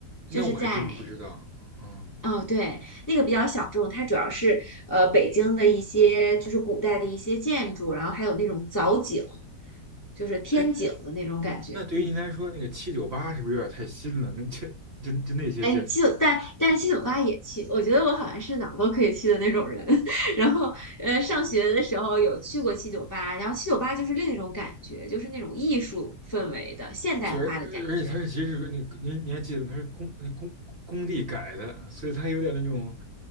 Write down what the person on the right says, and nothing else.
那我还真不知道。
嗯，
哎，那对于您来说，
那个七九八是不是有点太新了？那这就就那些建筑？
就，而而且它是其实是那个您您还记得吗？它是工那工工地改的，所以它有点那种，